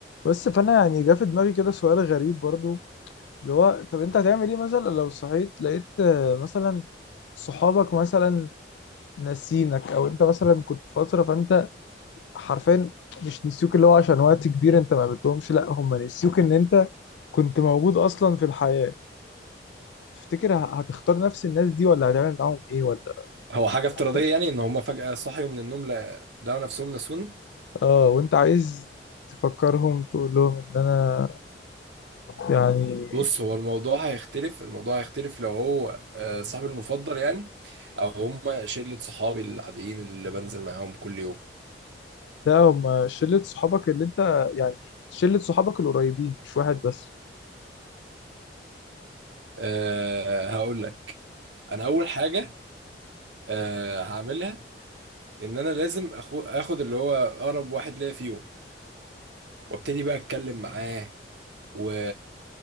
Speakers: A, on the left; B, on the right.
A: بس فانا يعني جه في دماغي كده سؤال غريب برضو اللي هو طب انت هتعمل ايه مثلا لو صحيت لقيت آه، مثلا صحابك مثلا ناسينك او انت مثلا كنت في فتره فانت حرفيا مش نسيوك اللي هو عشان وقت كبير انت ما قابلتهمش لا هم نسيوك ان انت كنت موجود اصلا في الحياه تفتكر ه- هتختار نفس الناس دي ولا هتعمل معاهم ايه ولا
B: هو حاجة افتراضية
A: عشان
B: يعني ان هما فجأة صحيوا من النوم لا- لقوا نفسهم نسوني
A: اه وانت عايز تفكرهم تقول لهم ان انا يعني
B: بص هو الموضوع هيختلف الموضوع هيختلف لو هو آه، صاحبي المفضل يعني او هما شلة صحابي العاديين اللي بنزل معاهم كل يوم
A: لا هم شلة صحابك اللي انت يعني شلة صحابك القريبين مش واحد بس
B: أه هقول لك انا اول حاجة أه هعملها ان انا لازم أخو اخد اللي هو اقرب واحد ليا فيهم وابتدي بقى اتكلم معاه و